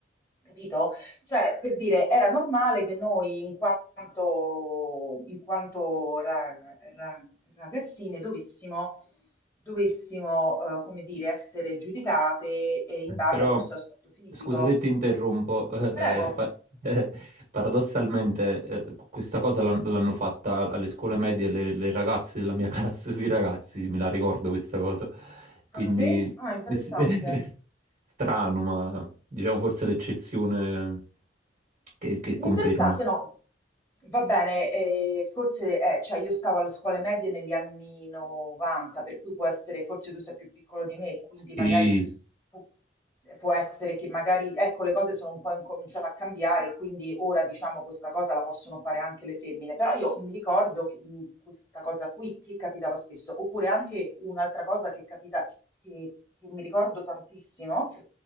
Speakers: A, on the left; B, on the right.
A: capito? Cioè, per dire, era normale che noi, in quanto, in quanto ra- ra- ragazzine, dovessimo, dovessimo, eh, come dire, essere giudicate eh, in base
B: Però,
A: al nostro aspetto fisico.
B: scusa se ti interrompo, <laughs> eh,
A: Prego.
B: pa- eh, paradossalmente eh, questa cosa l'han- l'hanno fatta alle scuole medie le, le ragazze della mia <laughs> classe sui ragazzi, me la ricordo questa cosa. Quindi,
A: Ah sì? Ah, interessante.
B: sì, <laughs> strano, ma diciamo forse l'eccezione che, che
A: Interessante,
B: conferma.
A: no. Va bene, eh, forse, eh, cioè io stavo alle scuole medie negli anni 90, per cui può essere, forse tu sei più piccolo di me, quindi magari
B: Sì,
A: Pu- eh, Può essere che magari, ecco, le cose sono un po' incominciate a cambiare, quindi ora diciamo questa cosa la possono fare anche le femmine, però io mi ricordo che, mh, questa cosa qui che capitava spesso, oppure anche un'altra cosa che capita, che, che- che mi ricordo tantissimo,